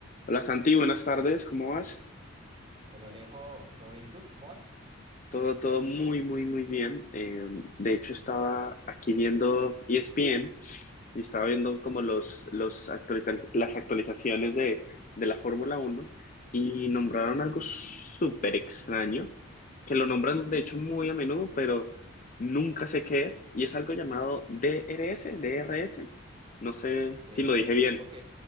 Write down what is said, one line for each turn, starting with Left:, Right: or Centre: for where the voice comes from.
Left: Hola Santi, buenas tardes, ¿cómo vas?
Right: Hola Alejo, ¿todo bien y tú? ¿Cómo vas?
Left: Todo, todo muy, muy, muy bien. Eh, de hecho, estaba aquí viendo ESPN y estaba viendo como los, los actualiza- las actualizaciones de, de la Fórmula Uno y nombraron
Right: Uy,
Left: algo súper extraño, que lo nombran de hecho muy a menudo, pero nunca sé qué es, y es algo llamado DRS, DRS. No sé
Right: DRS,
Left: si lo dije bien.
Right: ok.